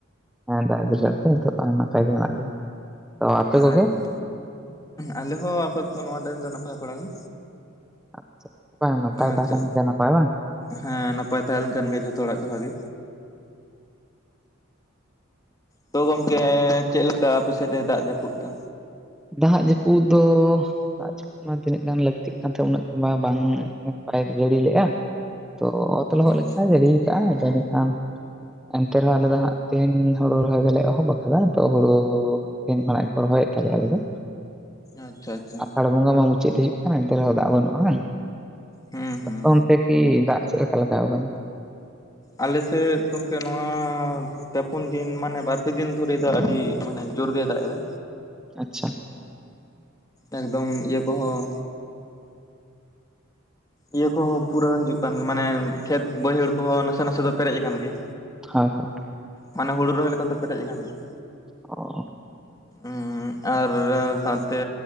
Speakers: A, in the centre; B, on the left.
A: ᱫᱟᱭᱟ ᱫᱩᱞᱟᱹᱲ ᱛᱮ ᱱᱤᱛᱚᱜ ᱫᱚ ᱱᱟᱯᱟᱭ ᱜᱮ ᱢᱮᱱᱟᱜ ᱞᱮᱭᱟ ᱛᱚ ᱟᱯᱮ ᱠᱚᱜᱮ
B: ᱟᱪᱪᱷᱟ ᱟᱞᱮ ᱦᱚᱸ ᱟᱯᱟᱛᱚᱛᱚ ᱱᱚᱣᱟ ᱴᱟᱭᱤᱢ ᱫᱚ ᱱᱟᱯᱟᱭ ᱵᱟᱲᱟ ᱜᱮ
A: ᱟᱪᱪᱷᱟ ᱱᱟᱯᱟᱭ
B: ᱟᱪᱪᱷᱟ
A: ᱛᱟᱦᱮᱸ ᱞᱮᱱᱠᱷᱟᱱ ᱱᱟᱯᱟᱭ ᱵᱟᱝ
B: ᱦᱮᱸ ᱱᱟᱯᱟᱭ ᱛᱟᱦᱮᱸ ᱞᱮᱱ ᱠᱷᱟᱱ ᱜᱮ ᱡᱷᱚᱛᱚ ᱦᱚᱲᱟᱜ ᱜᱮ ᱵᱷᱟᱜᱮ ᱛᱚ ᱜᱚᱢᱠᱮ ᱪᱮᱫ ᱞᱮᱠᱟ ᱟᱯᱮ ᱥᱮᱫ ᱮ ᱫᱟᱜ ᱡᱟᱹᱯᱩᱫ ᱫᱟ?
A: ᱫᱟᱜ ᱡᱟᱹᱯᱩᱫ ᱫᱚ ᱫᱟᱜ ᱡᱟᱹᱯᱩᱫ ᱢᱟ ᱛᱤᱱᱟᱹᱜ ᱜᱟᱱ ᱞᱟᱹᱠᱛᱤᱜ ᱠᱟᱱ ᱛᱟᱦᱮᱸ ᱩᱱᱟᱹᱜ ᱢᱟ ᱵᱟᱝ ᱵᱟᱭ ᱡᱟᱹᱲᱤ ᱞᱮᱜᱼᱟ ᱛᱚ ᱚᱛ ᱞᱚᱦᱚᱫ
B: ᱟᱪᱪᱷᱟ
A: ᱞᱮᱠᱟᱭ ᱡᱟᱹᱲᱤ ᱠᱟᱜ ᱟᱭ ᱛᱚ ᱮᱸᱰᱮ ᱠᱷᱟᱱ ᱮᱱᱛᱮ ᱨᱮᱦᱚᱸ ᱟᱞᱮ ᱫᱚ ᱦᱟᱸᱜ ᱛᱮᱦᱮᱧ ᱦᱤᱲᱳ ᱨᱚᱦᱚᱭ ᱫᱚᱞᱮ ᱮᱦᱚᱵ ᱟᱠᱟᱫᱟ ᱛᱚ ᱦᱳᱲᱳ ᱛᱤᱦᱤᱱ ᱠᱷᱚᱱᱟᱜ ᱜᱮ ᱠᱚ ᱨᱚᱦᱚᱭᱮᱫ ᱛᱟᱞᱮᱭᱟ ᱟᱞᱮ ᱫᱚ
B: ᱟᱪᱪᱷᱟ ᱟᱪᱪᱷᱟ
A: ᱟᱥᱟᱲ ᱵᱚᱸᱜᱟ ᱢᱟ ᱢᱩᱪᱟᱹᱫ ᱦᱤᱡᱩᱜ ᱠᱟᱱᱟ ᱮᱱᱛᱮ ᱨᱮᱦᱚᱸ ᱫᱟᱜ ᱵᱟᱹᱱᱩᱜᱼᱟᱱ
B: ᱦᱩᱸ ᱦᱩᱸ
A: ᱟᱫᱚ ᱚᱱᱛᱮ ᱤ ᱫᱟᱜ ᱪᱮᱫ ᱞᱮᱠᱟ ᱞᱟᱜᱟᱣ ᱠᱟᱱᱟ
B: ᱟᱞᱮ ᱥᱮᱫ ᱜᱚᱢᱠᱮ ᱱᱚᱣᱟ ᱯᱮ ᱯᱩᱱ ᱫᱤᱱ ᱢᱟᱱᱮ ᱵᱟᱨ ᱯᱮ ᱫᱤᱱ ᱫᱷᱚᱨᱮ ᱫᱚ ᱟᱹᱰᱤ ᱢᱟᱱᱮ ᱡᱳᱨ ᱜᱮᱭ ᱫᱟᱜ ᱮᱫᱟ
A: ᱟᱪᱪᱷᱟ
B: ᱮᱠᱫᱚᱢ ᱤᱭᱟᱹ ᱠᱚ ᱦᱚᱸ ᱤᱭᱟᱹ ᱠᱚ ᱦᱚᱸ ᱯᱩᱨᱟᱹ ᱦᱤᱡᱩᱜ ᱠᱟᱱ ᱜᱮᱭᱟ ᱢᱟᱱᱮ ᱠᱷᱮᱛ ᱵᱟᱹᱭᱦᱟᱹᱲ ᱠᱚᱦᱚᱸ ᱱᱟᱥᱮ ᱱᱟᱥᱮ ᱫᱚ ᱯᱮᱨᱮᱡ ᱟᱠᱟᱱ ᱜᱮᱭᱟ
A: ᱦᱚᱭ ᱦᱚᱭ
B: ᱢᱟᱱᱮ ᱦᱩᱲᱩ ᱨᱚᱦᱚᱭ ᱞᱮᱠᱟ ᱫᱚ ᱯᱮᱨᱮᱡ ᱟᱠᱟᱱ ᱜᱮᱭᱟ
A: ᱚ
B: ᱩ ᱟᱨ ᱥᱟᱶᱛᱮ